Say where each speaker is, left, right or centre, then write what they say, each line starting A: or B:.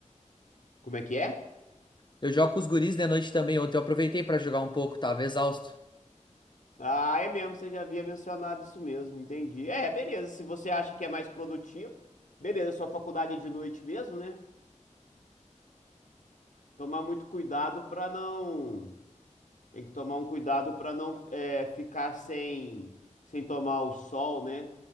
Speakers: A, on the left; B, on the left.
A: Como é que é?
B: Eu jogo com os guris de noite também. Ontem eu aproveitei pra jogar um pouco, tava exausto.
A: Ah, é mesmo, você já havia mencionado isso mesmo, entendi. É, beleza, se você acha que é mais produtivo, beleza, sua faculdade é de noite mesmo, né? Tomar muito cuidado pra não. Tem que tomar um cuidado pra não é, ficar sem, sem tomar o sol, né?